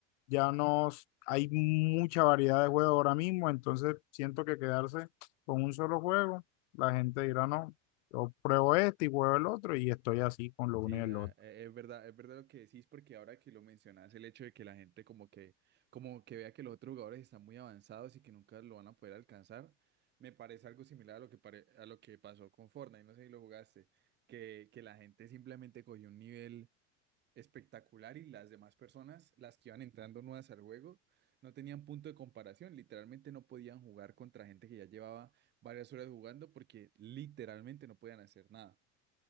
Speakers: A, on the left; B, on the right.
A: ya no s- hay mucha variedad de juegos ahora mismo, entonces siento que quedarse con un solo juego, la gente dirá no, yo pruebo este y pruebo el otro y estoy así con lo uno
B: Sí,
A: y el
B: la-
A: otro.
B: e- es verdad, es verdad lo que decís, porque ahora que lo mencionás, el hecho de que la gente como que, como que vea que los otros jugadores están muy avanzados y que nunca lo van a poder alcanzar, me parece algo similar a lo que pare- a lo que pasó con Fortnite, no sé si lo jugaste, que, que la gente simplemente cogió un nivel espectacular y las demás personas, las que iban entrando nuevas al juego, no tenían punto de comparación. Literalmente no podían jugar contra gente que ya llevaba varias horas jugando porque literalmente no podían hacer nada.